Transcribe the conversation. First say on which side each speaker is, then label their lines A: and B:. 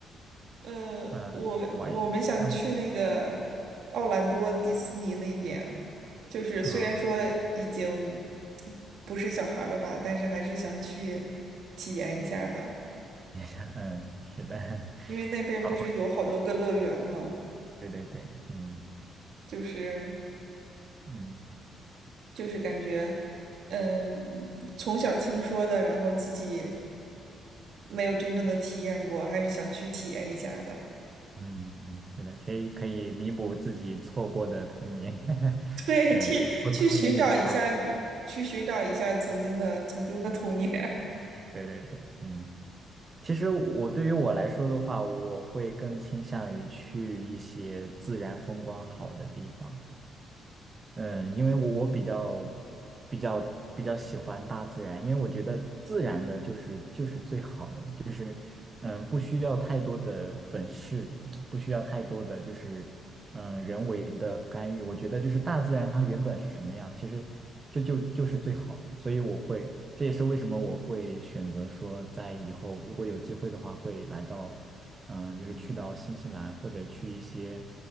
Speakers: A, on the right; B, on the right.
A: 呃，
B: 嗯，
A: 我我们想去那个
B: 玩一些什么项目
A: 奥兰多迪士尼那边啊就是虽然说已经
B: 啊？
A: 不是小孩儿了吧，但是还是想去体验一下的，
B: <laughs> 嗯，是的，
A: 因为那边不是有好多个乐园嘛，
B: <laughs> 对对对，嗯
A: 就是
B: 嗯。<laughs>
A: 就是感觉，嗯，从小听说的，然后自己没有真正的体验过，还是想去体验一下的。
B: 嗯嗯，是的，可以可以弥补自己错过的童年，<laughs>
A: <laughs> 对，
B: 嗯，
A: 去去寻找一下，
B: 不童年的遗憾。
A: 去寻找一下曾经的曾经的童年。
B: 对对对，嗯，其实我对于我来说的话，我会更倾向于去一些自然风光好的地方，嗯，因为我我比较比较比较喜欢大自然，因为我觉得自然的就是就是最好的。嗯，不需要太多的粉饰，嗯不需要太多的就是嗯人为的干预。我觉得就是大自然它原本是什么样，其实这就就是最好的所以我会，这也是为什么我会选择说在以后如果有机会的话，会来到嗯，就是去到新西兰或者去一些